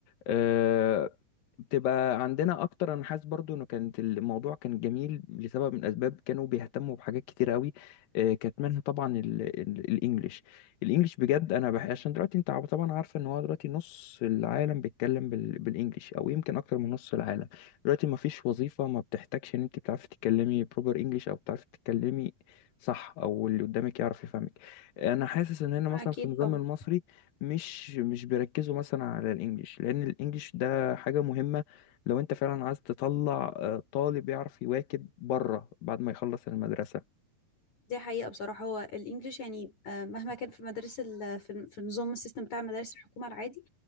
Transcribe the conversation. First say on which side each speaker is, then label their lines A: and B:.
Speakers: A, on the left (about 75°); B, on the left (about 50°).
A: آه، بتبقى عندنا اكتر انا حاسس برضو انه كانت الموضوع كان جميل لسبب من الاسباب كانوا بيهتموا بحاجات كتير قوي آه، كانت منها طبعا ال- ال- الانجليش الانجليش بجد انا بح... عشان دلوقتي انت عب- طبعا عارفه ان هو دلوقتي نص العالم بيتكلم بال... بالانجليش او يمكن اكتر من نص العالم دلوقتي ما فيش وظيفه ما بتحتاجش ان انت بتعرفي تتكلمي بروبر انجليش او بتعرفي تتكلمي صح او اللي قدامك يعرف يفهمك انا حاسس ان هنا مثلا
B: اكيد
A: في النظام
B: طبعا
A: المصري مش مش بيركزوا مثلا على الانجليش لان الانجليش ده حاجة مهمة لو انت فعلا عايز تطلع آه، طالب يعرف يواكب بره بعد ما يخلص المدرسة
B: دي حقيقة بصراحة هو الإنجليش يعني آه، مهما كان في مدارس ال- في الم- في النظام السيستم بتاع مدارس الحكومة العادي